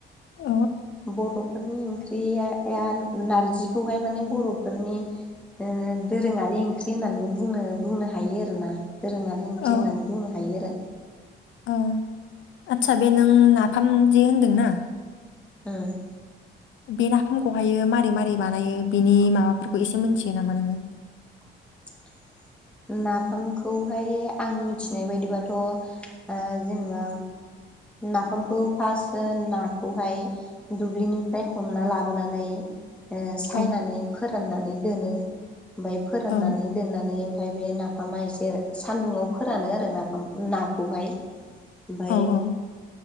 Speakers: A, on the left; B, in the centre.
A: औ
B: बर'फोरनि ओंख्रिया नारजिखौहाय माने बर'फोरनि ओ दोरोङारि ओंख्रि होननानैबोनो बुंनो बुंनो हायो आरो ना दोरोङारि ओंख्रि
A: औ
B: होननानै बुंनो हायो आरो।
A: औ आदसा बे नों नाफाम जे होनदोंना।
B: ओम
A: बे नाफामखौहायो मारै मारै बानायो बिनि माबाफोरखौ एसे मोनथियो नामा नोंथां?
B: <inaudible> नाफामखौहाय आं मिथिनाय बायदिबाथ' ओ जेनेबा। नाफामखौ फार्स्ट नाखौहाय दुब्लिनिफ्राय हमना लाबोनानै। ओ सायनानै
A: औ
B: फोराननानै दोनो ओमफाय फोराननानै
A: औ
B: दोननानै। ओमफ्राय बे नाफामा एसे सानदुङाव फोरानो आरो नाफाम। नाखौहाय ओमफाय
A: औ औ